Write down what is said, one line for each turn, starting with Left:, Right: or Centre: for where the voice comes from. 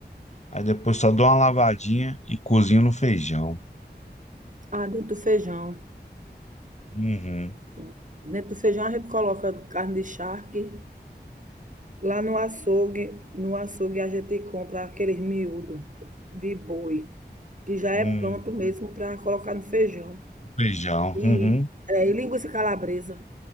Left: Aí depois só dou uma lavadinha e cozinho no feijão.
Right: Ah, dentro do feijão.
Left: Uhum.
Right: Sim. Dentro do feijão a gente coloca carne de charque. Lá no açougue, no açougue a gente compra aqueles miúdo de boi, que já
Left: Hum,
Right: é pronto mesmo para colocar no feijão.
Left: feijão.
Right: E,
Left: Uhum.
Right: é, e linguiça calabresa.